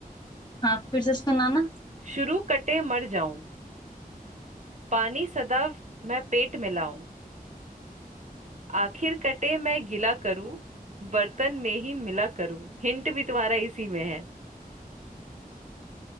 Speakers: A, on the left; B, on the right.
A: हाँ फिर से सुनाना
B: शुरू कटे मर जाऊं पानी सदा मैं पेट मिलाऊं आखिर कटे मैं गिला करूं बर्तन में ही मिला करूं हिंट भी तुम्हारा इसी में है